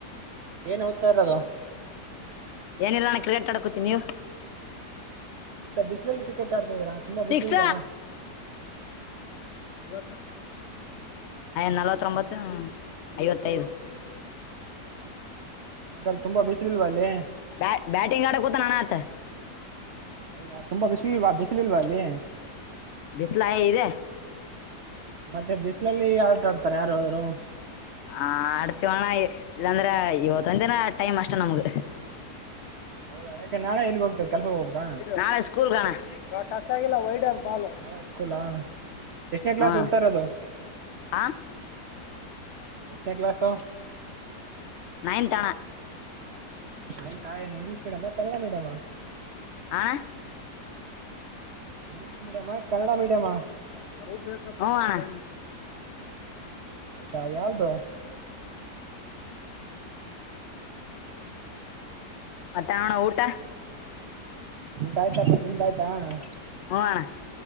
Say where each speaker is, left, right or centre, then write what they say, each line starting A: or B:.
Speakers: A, on the right; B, on the left.
A: ಏನ್ ಹೋಗ್ತಾ ಇರದು.
B: ಏನಿಲ್ಲ ನಣ ಕ್ರಿಕೆಟ್ ಆಡಕೋತಿ ನೀವು.
A: ಇತ್ತ ಬಿಸಿಲುಲ್ ಕಟ್ಟ ಆಡ್. ರಾ ತುಂಬಾ ಬಕ್ಕಿಲ್ವಾ.
B: ಸಿಕ್ಸ್ ಐವ ನಲ್ವತ್ತೊಂಬತ್ತು ಐವತ್ತೈದು.
A: ಹಂಗಲ್ಲಿ ತುಂಬಾ ಬಿಸಿಲಿಲ್ವಾ ಅಲ್ಲಿ.
B: ಬ ಬ್ಯಾಟಿಂಗ್ ಆಡ ಕೂತ ನಣ ಆತ
A: ಹೌದಾ ತುಂಬಾ ಬಿಸಿಲುಲ್ವಾ ಬಿಸಿಲುಲ್ವಾ ಅಲ್ಲಿ
B: ಬಿಸ್ಲ ಇದೆ
A: ಮತ್ತೆ ಬಿಸ ಅಲ್ಲಿ <unintelligible> ಆಡ್ತಾರೆ ಯಾರ ಅವರು
B: ಹ ಆಡ್ತಿವಣ ಇಲ್ಲಾಂದ್ರ ಇವತ್ತು ಒಂದಿನ ಟೈಮ್ ಅಷ್ಟ ನಮಗ
A: ಹೌದ ಯಾಕೆ ನಾಳೆ ಎಲ್ಗೆ ಹೋಗ್ಬೇಕು ಕೆಲ್ಸಕ್ಕೆ ಹೋಗ್ಬೇಕಾ
B: ನಾಳೆ ಸ್ಕೂಲ್ಗ್ಣ ಟಚ್ ಆಗಿಲ್ಲ ವೈಡದ್ ಬಾಲು
A: ನಾಳೆ ಸ್ಕೂಲಾ ಎಷ್ಟನೇ ಕ್ಲಾಸ್
B: ಹ
A: ಓದ್ತಾ ಇರೋದು
B: ಹ
A: ಎಷ್ಟನ ಕ್ಲಾಾಸು
B: ನಯಂತಣ
A: ನ ಇಂಗ್ಲಿಶ ಮೀಡಿಯ್ ಕನ್ನಡ ಮೀಡಿಯಮ
B: ಆ
A: ಇಂಗ್ಲೀಷ್ ಮೀಡಿಯಮ ಕನ್ನಡಾ ಮೀಡಿಯಮ
B: ಲವ ಬೇಕ ಹು ಅಣ.
A: ಹೌದಾ ಯಾವ್ದು
B: ಹ ಮತ್ತಅಣ್ಣ ಊಟ
A: ಊಟ ಆಯ್ತಪ್ಪ ನಿಮ್ದ ಆಾಯ್ತಾ
B: ಹಣ